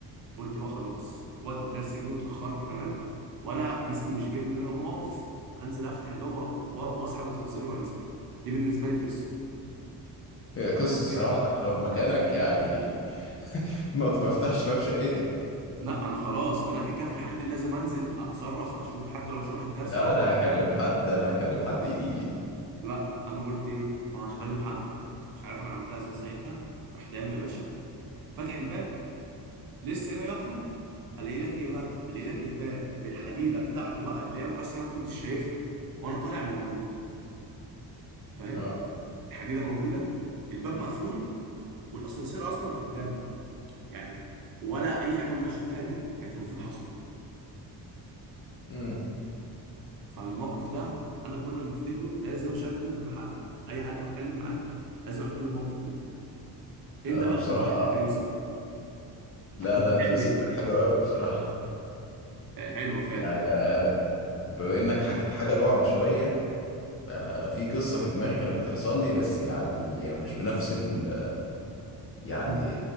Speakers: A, on the right; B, on the left.
A: قلت بقى خلاص وقت الدرس جه واتاخرت كمان وانا جسمي مش جابني ان انا اقوم اقف انزل افتح الباب وأ- واسحب الاسانسير وانزل دي بالنسبه لي قصه
B: هي
A: فالمهم
B: قصة الصراحة
A: ايه
B: أنا لو مكانك يعني <laughs> ما بفتحش باب شقتي
A: لا انا خلاص وانا كده كده في الحالتين لازم انزل اتصرف اشوف حتى لو مش هروح الدرس
B: لا
A: اروح
B: أنا هكلم حد أنا هكلم حد يجيلي
A: لا انا قلت ايه انا مش هكلم حد مش عارف انا عملتها ازاي ساعتها رحت قايم يا باشا فاتح الباب لسه جاي اخرج الاقي لك ايه بقى الاقي لك الباب بالحديده بتاعته بقى اللي هي اصلا ما كنتش شايفها وانا طالع موجوده فاهم
B: أه
A: الحديده موجوده الباب مقفول والاسانسير اصلا في الثامن يعني ولا اي حاجه من اللي انا شفتها دي كانت المفروض حصلت
B: مم.
A: فالموقف ده انا كل ما افتكره لازم اشاركه مع حد اي حد بتكلم معاه لازم احكي له الموقف ده انت
B: أنا
A: بقى
B: بصراحة
A: لو مكاني يا يوسف
B: لا
A: كنت
B: لا
A: بتعمل
B: أنت قصتك
A: ايه
B: حلوة أوي بصراحة
A: حلوه فعلا
B: يعني أنا أنا بما إنك حكيت حاجة رعب شوية فأنا في قصة في دماغي كانت بتحصل لي بس يعني مش بنفس ال يعني
A: امم